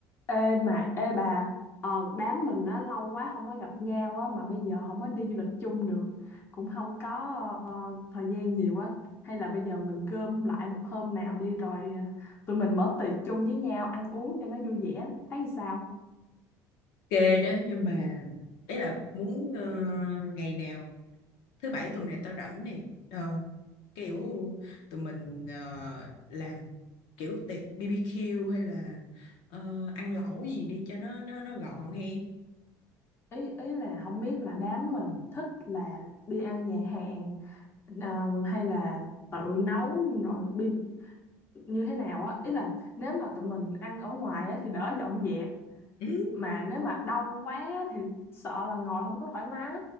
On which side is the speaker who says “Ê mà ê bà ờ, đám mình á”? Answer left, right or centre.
Left